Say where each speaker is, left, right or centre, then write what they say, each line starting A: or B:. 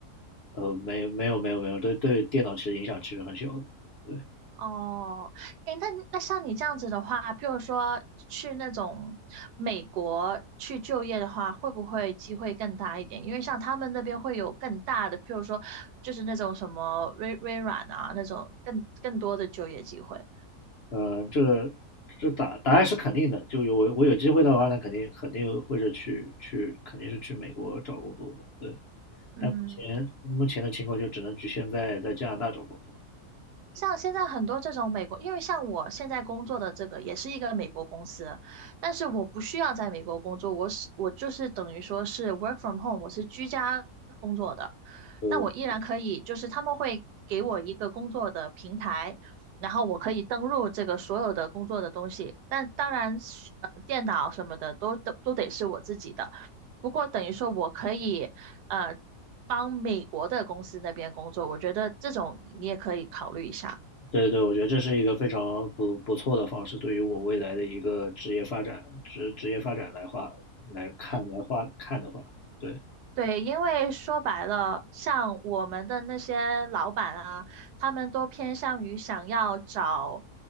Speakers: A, on the left (about 60°); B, on the right (about 85°).
A: 呃，没没有没有没有，对对电脑其实影响其实很小的。对，
B: 哦，诶，那那像你这样子的话，譬如说去那种美国去就业的话，会不会机会更大一点？因为像他们那边会有更大的，譬如说就是那种什么微微软啊那种更更多的就业机会。
A: 嗯，这个这答答案是肯定的，就有我我有机会的话，那肯定肯定会是去去，肯定是去美国找工作的，对。
B: 嗯。
A: 但目前目前的情况就只能局限在在加拿大找工作。
B: 像现在很多这种美国，因为像我现在工作的这个也是一个美国公司，但是我不需要在美国工作，我是我就是等于说是 work from home，我是居家工作的，
A: 对
B: 但我依然可以，就是他们会给我一个工作的平台，然后我可以登录这个所有的工作的东西，但当然是，呃，电脑什么的都都都得是我自己的，不过等于说我可以，呃。帮美国的公司那边工作，我觉得这种你也可以考虑一下。
A: 对对，我觉得这是一个非常不不错的方式，对于我未来的一个职业发展职职业发展来话来看来话看的话，对。
B: 对，因为说白了，像我们的那些老板啊，他们都偏向于想要找